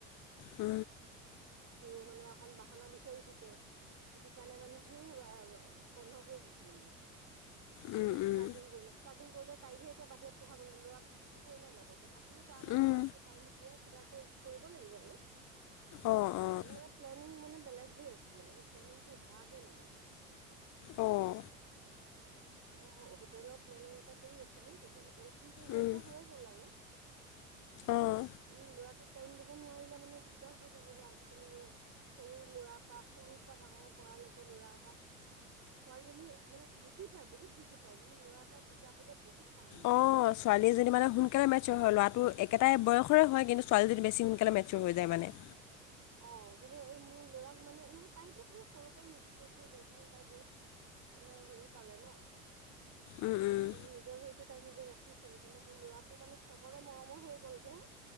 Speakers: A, on the left; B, on the right.
A: উ
B: সিও মানে অকণ বাহানা বিচাৰি থাকে। সেইটো কাৰণে মানে সেই বন্ধ কৰি দিছিলো মানে চব আকৌ
A: উম
B: এতিয়াষ্টাৰ্টিং
A: উম
B: কৰিম ষ্টাৰটিং কৰিলে তাইকহে এতিয়া বাহিৰ পঢ়াব ল'ৰাটো। থাকিবই ন লগত তথাপিও তাৰ মাজতে
A: উম
B: আকৌ টাইম উলিয়াই কিবা কৰিব লাগিব। আৰু
A: অঁ অঁ
B: মোৰ প্লেনিং মানে বেলেগ হৈ আছিলে এই প্লেনিংটো হোৱাকে নাই। মানে
A: অঁ
B: অ হোটেলৰ প্লেনিং এটা কৰি আছিলো যদি হোটেলখনতো হৈ
A: উম
B: যায় হৈ গ'ল। আৰু <inaudible>
A: অঁ
B: উম ল'ৰাটোক টাইম দিব নোৱাৰিলে মানে দিগদাৰ হৈ যাব যে আজিকালি ল'ৰা সৰু ল'ৰা পৰা সৰুৰ পৰা ডাঙৰ কৰালৈকে ল'ৰা এটাক ছোৱালীজনী মানে বুজি পায়। বহুত বুজি পায় কিন্তু ল'ৰা এটাক বুজাবলৈ বহুত টান মানে
A: অ ছোৱালীজনী মানে সোনকালে মেচিওৰ' হয় ল'ৰাটো একেটাই বয়সৰে হয় কিন্তু ছোৱালী যদি বেছি সোনকালে মেচিওৰ হৈ যায়। মানে
B: অ কিন্তু এই মোৰ ল'ৰাক মানে নহয় তাইতো স সৰুৰ পৰাই মেচিওৰ হৈ গ'ল কাৰণ তাই বহুত মানে হেৰি পালে ন
A: উম
B: তাই
A: উম
B: সেইকাৰণে নিজৰ হেৰিটো তাই নিজে ৰাখিছে কিন্তু মোৰ ল'ৰাটো মানে চবৰে মৰমৰ হৈ গল যে